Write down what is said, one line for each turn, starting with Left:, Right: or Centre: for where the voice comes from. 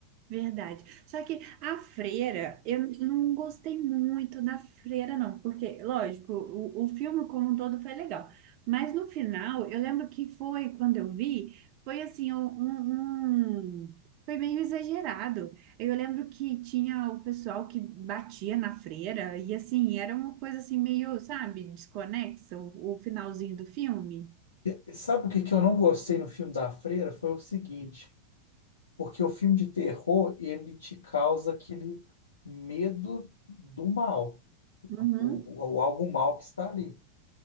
Right: Verdade. Só que a freira, eu n- não gostei muito na freira, não, porque, lógico, o, o filme como um todo foi legal, mas no final, eu lembro que foi, quando eu vi, foi assim, um, um- um- foi meio exagerado. Eu lembro que tinha o pessoal que batia na freira, e assim, era uma coisa assim, meio, sabe, desconexa, o, o finalzinho do filme.
Left: E sabe o que que eu não gostei no filme da Freira? Foi o seguinte, porque o filme de terror, ele te causa aquele medo do mal,
Right: Uhum,
Left: ou, ou algo mal que está ali.